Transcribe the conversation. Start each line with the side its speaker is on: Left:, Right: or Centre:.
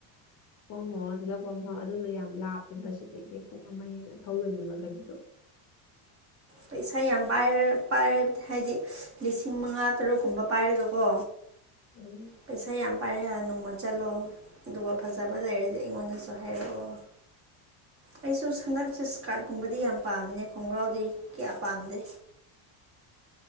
Left: ꯍꯣꯡ ꯍꯣꯡꯉ ꯊꯥꯗꯣꯛ ꯃꯐꯝꯐꯝ ꯑꯗꯨꯗꯣ ꯌꯥꯝ ꯂꯥꯞꯄꯦꯕ ꯁꯤꯗꯒꯤ ꯄꯨꯡ ꯑꯃ ꯍꯦꯟꯅ ꯊꯧꯗꯣꯏꯅꯦꯅꯕ ꯒꯥꯔꯤꯗꯣ <inaudible>
Right: ꯄꯩꯁꯥ ꯌꯥꯝ ꯄꯥꯏꯔ ꯄꯥꯏ ꯍꯥꯏꯗꯤ ꯂꯤꯁꯤꯡ ꯃꯉꯥ ꯇꯔꯨꯛꯀꯨꯝꯕ ꯄꯥꯏꯔꯒꯀꯣ
Left: ꯎꯝ
Right: ꯄꯩꯁꯥ ꯌꯥꯝ ꯄꯔꯦꯍ ꯅꯣꯡꯃ ꯆꯠꯂꯣ ꯑꯗꯨꯒ ꯐꯖꯕ ꯂꯩꯔꯁꯦ ꯑꯩꯉꯣꯟꯗꯁꯨ ꯍꯥꯏꯔꯛꯑꯣ ꯑꯩꯁꯨ ꯍꯟꯗꯛꯁꯦ ꯏꯁꯀꯥꯔꯠꯀꯨꯝꯕꯗꯤ ꯌꯥꯝ ꯄꯥꯝꯃꯤꯅꯦ ꯈꯣꯡꯒ꯭ꯔꯥꯎꯗꯤ ꯀꯌꯥ ꯄꯥꯝꯗꯦ